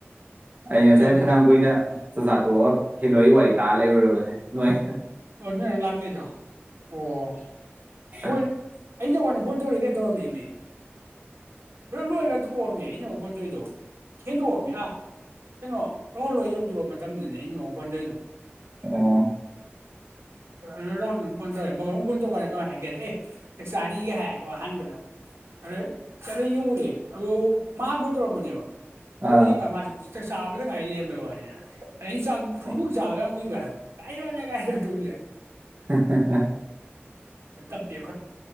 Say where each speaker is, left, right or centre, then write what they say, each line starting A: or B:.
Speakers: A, on the right; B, on the right.
A: ꯑꯩ
B: ꯅꯠꯇ꯭ꯔꯗꯤ
A: ꯉꯁꯥꯏ ꯐꯅꯌꯥꯝ ꯀꯨꯏꯅ ꯆꯥꯛꯆꯥꯥ ꯇꯣꯛꯑꯒ ꯍꯦꯂꯣꯏꯒꯤ ꯋꯥꯔꯤ ꯇꯥ ꯂꯩꯕꯨꯔꯕꯅꯤ ꯅꯣꯏ
B: ꯑꯣ ꯅꯣꯏ ꯂꯥꯛꯇꯣꯏꯗꯣ ꯑꯣ ꯑꯩꯈꯣꯏ
A: <unintelligible>
B: ꯑꯩ ꯅꯉꯣꯟꯗ ꯐꯣꯟ ꯇꯧꯔꯤ ꯀꯩꯗꯧꯔꯝꯃꯦꯃꯦ ꯄꯨꯂꯞ ꯂꯣꯏꯔꯒ ꯊꯣꯛꯑꯝꯃꯦ ꯑꯩꯅ ꯑꯃꯨꯛ ꯐꯣꯟ ꯇꯧꯔꯤꯗꯣ ꯍꯦꯟꯗꯣꯛ ꯑꯃꯤ ꯑꯥ ꯀꯩꯅꯣ <unintelligible> ꯌꯧꯗꯣꯔ ꯃꯇꯝꯗꯅꯤ <unintelligible> ꯐꯣꯟ ꯇꯧꯔꯤꯗꯣ
A: ꯑꯣ
B: <unintelligible> ꯐꯣꯟ ꯇꯧꯔꯛꯑꯦ ꯃꯉꯣꯟꯗꯥ ꯑꯃꯨꯛ ꯐꯣꯟ ꯇꯧꯔꯀꯥꯟꯗ ꯀꯃꯥꯏꯅ ꯍꯥꯏꯒꯦ ꯑꯦ ꯆꯥꯔꯤꯒ ꯍꯥꯏꯀꯣ ꯑꯍꯥꯟꯕꯗ ꯑꯗ ꯆꯠꯂ ꯌꯦꯡꯉꯨꯔꯦ ꯑꯗꯣꯒꯥꯕꯨ ꯃꯥ ꯐꯣꯟ ꯇꯧꯔꯝꯕꯅꯦꯕ <unintelligible>
A: ꯑꯥ
B: ꯃꯥꯁꯨ ꯆꯥꯛ ꯆꯕꯗ ꯉꯥꯏ ꯂꯩꯔꯝꯕꯩ ꯋꯥꯅꯤꯅ ꯑꯩ ꯆꯥꯛ <unintelligible>
A: ꯑꯣ
B: ꯌꯥꯝ ꯀꯨꯏꯕ ꯍꯥꯏꯕ <unintelligible> <unintelligible>
A: <unintelligible>
B: ꯇꯞꯄꯦꯕ